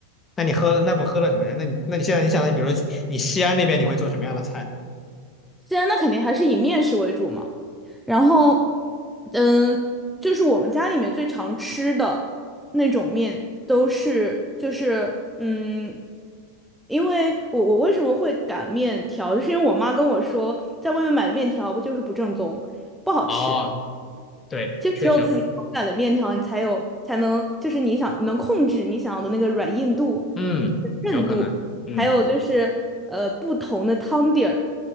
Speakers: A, on the left; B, in the centre.
A: 那你喝了，那不喝了什么人那你那你现在你想，你比如说你西安那边，你会做什么样的菜？
B: 现在那肯定还是以面食为主嘛。然后，嗯，就是我们家里面最常吃的那种面，都是就是嗯，因为我我为什么会擀面条，就是因为我妈跟我说，在外面买的面条不就是不正宗，不好吃。
A: 哦，对，
B: 就只有自己手擀的面条，
A: 确实有可能。
B: 你才有才能，就是你想能控制你想要的那个软硬度、
A: 嗯，
B: 韧度，
A: 有可能。嗯
B: 还有就是呃不同的汤底儿，